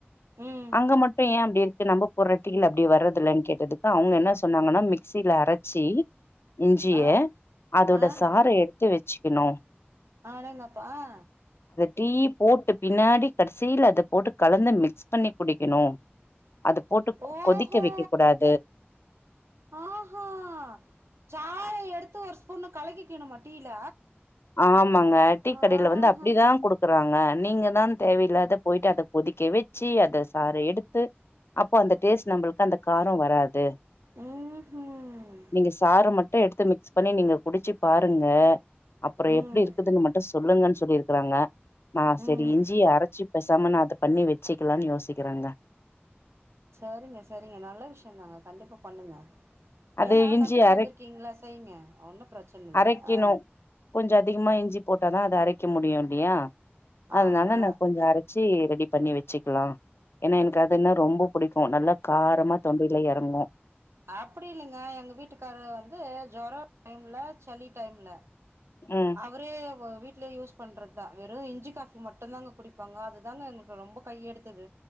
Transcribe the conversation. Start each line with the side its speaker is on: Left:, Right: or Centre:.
Right: ம்
Left: அங்க மட்டு ஏன் அப்டி இருக்கு நம்ப போட்ற டீ ல அப்டி வர்றதில்லைன்னு கேட்டதுக்கு அவங்க என்ன சொன்னாங்கன்னா மிக்சியில அரைச்சி இஞ்சிய
Right: ஆ
Left: அதோட
Right: ஆ
Left: சார எடுத்து வச் க்கணு
Right: அடேங்கப்பா ஆ
Left: டீ போட்டு பின்னாடி கடசீல அத போட்டு கலந்து மிக்ஸ் பண்ணி குடிக்கணு அது போட்டு
Right: ஓஹோ
Left: கொதிக்க வைக்க கூடாது
Right: ஆஹா சாற எடு த்து ஒரு ஸ்பூனு கலக்கிக்கணுமா டீல
Left: ஆமாங்க
Right: ஆஹா
Left: டீக்கடைல வந்து அப்டிதா குடுக்க றாங்க நீங்கதான் தேவையில்லாத போயிட்டு அத கொதிக்க வச்சு அத சாறு எடுத்து அப் பவு அந்த டேஸ் ட்டு நம்பளுக்கு அந்த காரோ வராது.
Right: ம்ஹூம்
Left: நீங்க சாற மட்டு எடு த்து மிக்ஸ் பண்ணி நீங்க குடிச்சு பாருங்க அப்பற
Right: ம்
Left: எப்டி இருக்குதுன்னு மட்டு சொல்லுங்கன்னு சொ சொல்லிருக்கறாங்க நா செரி
Right: ம் ம்
Left: இஞ்சிய அரைச்சு பேசாம நா அத பண்ணி வச்சுக்கலான்னு யோசிக்கிறங்க.
Right: சரிங்க சரிங்க நல்ல விஷயந்தாங்க கண்டிப்பா பண்ணுங்க.
Left: அது
Right: ஏன்னா
Left: இஞ்சி
Right: கத்துட்டு
Left: அரை
Right: வந்திருக்கீங்ல செய்ங்க ஒன்னு பிரச்சன இல்ல
Left: அரைக்கணு
Right: ஆ
Left: கொஞ்சோ அதிகமா இஞ்சி போட்டாதா அது அரை க்க முடியு இல்லையா? அதனால
Right: ஆமா
Left: நா கொஞ்சோ அரை ச்சு ரெடி பண்ணி வச்சுக்கலா ஏன்னா எனக்கு அதுன்னா ரொம்ப புடிக் கு நல்லா காரமா தொண்டைல எற ங்கு
Right: அப்டி இல்லைங்க எங்க வீட்டுக்காரரு வந்து ஜொரோ டைம்ல சளி டைம்ல
Left: ம்,
Right: அவரு ப்போ வீட்ல யூஸ் பண்றதுதா வெறு இஞ்சி காஃபி மட்டுந்தாங்க குடிப்பாங்க அதுதாங்க எங்களுக்கு ரொம்ப கையெடுத்தது